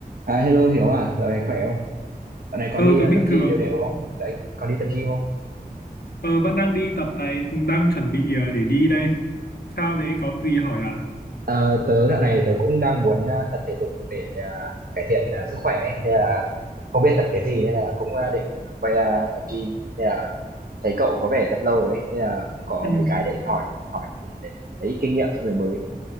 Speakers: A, on the right; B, on the left.
A: À, hello Hiếu à, dạo này khỏe không? Dạo này còn
B: Ờ
A: đi
B: tớ
A: ờ,
B: bình
A: tập
B: thường
A: gym đều đều không? Dạo này còn đi tập gym không?
B: Ờ vẫn đang đi tập này Đang chuẩn bị ờ, để đi đây Sao thế có gì hỏi à
A: Ờ, tớ dạo này tớ cũng đang muốn ờ, tập thể dục để ờ, cải thiện ờ, sức khỏe ấy. Nên là không biết tập cái gì nên là cũng ờ, định ờ, quay ra tập gym. Nên là thấy cậu có vẻ tập lâu rồi ấy, nên là cũng có
B: Ừ.
A: mấy cái để hỏi hỏi để, để lấy ít kinh nghiệm cho người mới.